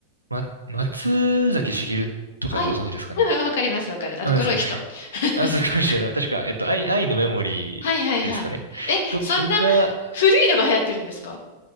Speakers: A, on the right (about 85°); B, on the left (about 60°).
A: ま、松崎しげるとかご存知ですかね
B: はい。<laughs> うんわかります、わかる。あの黒い人。
A: あ、ですか
B: <laughs>
A: あ、そうかもしれない。確か、えっと、愛、愛のメモリーですかねと、
B: はいはいはい。え、そんな
A: が、
B: 古いのが流行ってるんですか